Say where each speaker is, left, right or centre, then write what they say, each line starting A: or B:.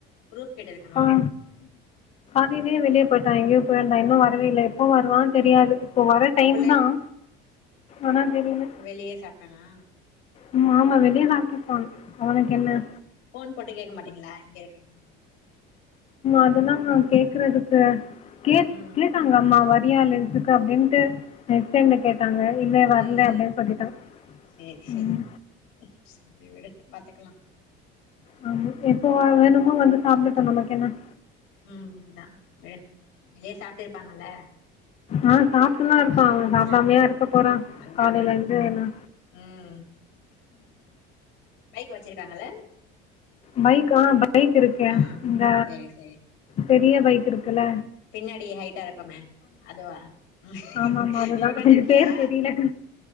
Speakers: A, on the left (about 65°); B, on the left (about 30°).
A: ப்ரூஃப் கேட்டுருக்கணும்
B: ஆ இப்பவே வெளிய போயிட்டா எங்கியோ போயிருந்தா இன்னு வரவே இல்ல எப்போ வருவான் தெரியாது
A: ம்
B: இப்போ வர டைம்
A: அப்ப
B: தான் ஆனா தெரியல
A: வெளிய சாப் ஆனா
B: ம் ஆமா வெளியே சாப்பிட்டிருப்பான் அவனுக்கு என்ன
A: போன் போட்டு கேட்க மாட்டீங்களா எங்க இருக்காங்க
B: அதெல்லாம் கேக்கறதுக்கு கே
A: ம்
B: எங்கம்மா வரியா‌ லன்ச்சுக்கு அப்படின்ட்டு கே கேட்டாங்க இல்ல வர்ல
A: ம் ம்
B: அப்படின்னு சொல்லிட்டான்
A: சேரி சேரி
B: ம்
A: சேரி விடு பாத்துக்கலாம்
B: ஆ எப்போ வேணுமோ வந்து சாப்டட்டு நமக்கு என்ன
A: ம் அதா வெ வெளிய சாப்ட்டு இருப்பாங்கல்ல
B: ஆ சாப்ட்டுதா இருப்பா
A: ம்
B: அவெ சாப்டாமையா
A: சாப்ட்டு இருப்பாங்க
B: இருக்க போறா
A: அதானே
B: காலைல இருந்து எல்லா
A: ம் பைக் வச்சுருக்காங்கள்ல
B: பைக்கா பைக் இருக்கெ
A: ஆ
B: இந்த
A: சேரி சேரி
B: பெரிய பைக் இருக்குல
A: பின்னாடி ஹைட்டா இருக்குமே அதுவா ம்
B: ஆமா ஆமா அதுதா
A: நீ உக்காந்துருக்கியா
B: அது பேர் தெரில